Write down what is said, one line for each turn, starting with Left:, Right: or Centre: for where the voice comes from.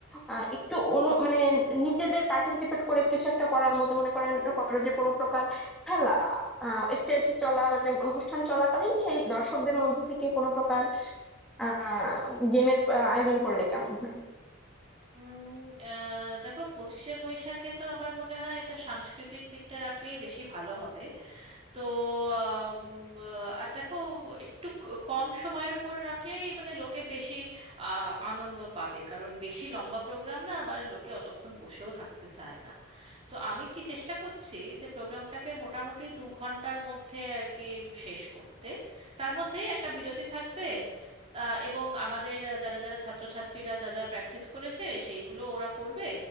Centre: আহ, একটু অনু মানে নিজেদের পার্টিসিপেট করে কিছু একটা করার মতো মনে করেন করো যে কোনো প্রকার খেলা স্টেজ চলা মানে অনুষ্ঠান চলাকালীন সেই দর্শকদের মধ্যে থেকে কোনো প্রকার আহ গেমের আয়োজন করলে কেমন হয়
Right: উম, আহ, দেখো পঁচিশে বৈশাখে তো আমার মনে হয় এটা সাংস্কৃতিক দিকটা রাখলেই বেশি ভালো হবে তো আম, আহ, আর দেখো একটু ক- কম সময়ের ওপর রাখলেই মানে লোকে বেশি আহ, আনন্দ পাবে কারণ বেশি লম্বা প্রোগ্রাম না আবার লোকে অতক্ষণ বসেও থাকতে চায় না তো আমি কি চেষ্টা করছি যে প্রোগ্রামটাকে মোটামুটি দু ঘন্টার মধ্যে আর কি শেষ করতে তার মধ্যেই একটা বিরতি থাকবে আহ, এবং আমাদের আহ, যারা যারা ছাত্রছাত্রীরা যা যা প্র্যাকটিস করেছে সেইগুলো ওরা করবে